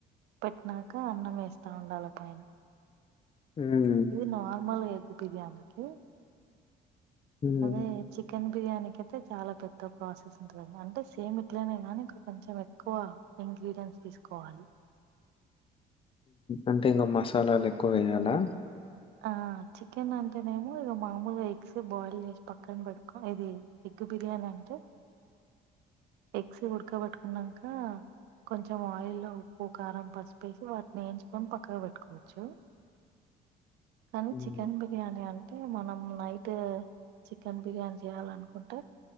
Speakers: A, on the right; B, on the left.
A: పెట్టినాక అన్నం వేస్తా ఉండాలి పైన
B: హ్మ్.
A: ఇది నార్మల్ ఎగ్ ప్రర్యాణికి
B: హ్మ్.
A: అదే చికెన్ బిర్యా అయితే చాలా పెద్ద ప్రాసెస్ ఉంటుంది అంటే సేమ్ ఇట్లనే కానీ కొంచెం ఎక్కువ ఇంగ్రీడియంట్స్ తీసుకోవాలి
B: అంటే ఇంకా మసాలాలు ఎక్కువ వేయాలా
A: ఆ చికెన్ అంటేనేమో ఇక మామూలుగా ఎగ్స్ బాయిల్ చేసి పక్కన పెట్టుకోం ఇది దగ్గ బిర్యానీ అంటే ఎక్సీ ఉడకబట్టుకున్నాక కొంచెం ఆయిల్లో ఉప్పు కారం పసిపేసి వాటిని వేయించుకొని పక్కగా పెట్టుకోవచ్చు అనీ
B: హ్మ్.
A: చికెన్ బిర్యానీిను అంటే మనం నైట్ చికెన్ బిర్యానీ చేయాల అనుకుంటే